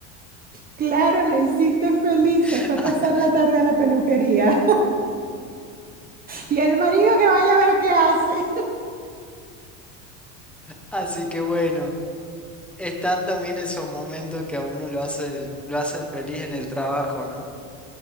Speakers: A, on the right; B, in the centre.
A: claro, la hiciste feliz.
B: <laughs>
A: Se fue a pasar la tarde a la peluquería. Y el marido que vaya a ver qué hace.
B: Así que bueno, están también esos momentos que a uno lo hacen, lo hacen feliz en el trabajo, ¿no?